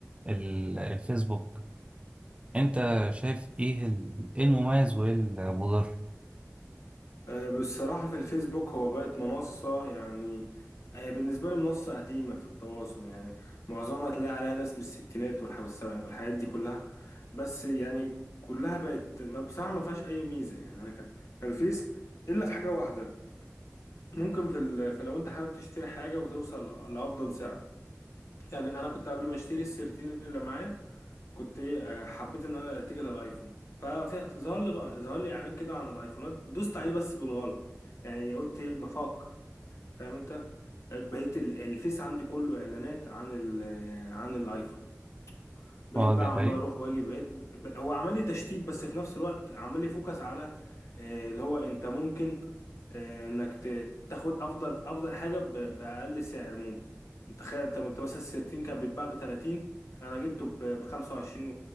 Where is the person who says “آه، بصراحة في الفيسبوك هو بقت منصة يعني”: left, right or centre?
Left